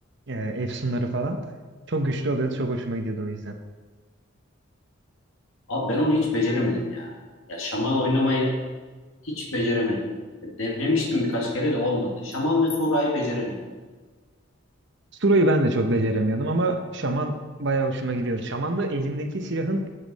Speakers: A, on the right; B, on the left.
A: e, efsunları falan. Çok güçlü oluyordu. Çok hoşuma gidiyordu o yüzden.
B: Abi ben onu hiç beceremedim ya. Ya şaman oynamayı hiç beceremedim. E, Denemiştim birkaç kere de olmadı. Şaman ve Sura'yı beceremedim.
A: Sura'yı ben de çok beceremiyordum ama Şaman bayağı hoşuma gidiyordu. Şaman da elindeki silahın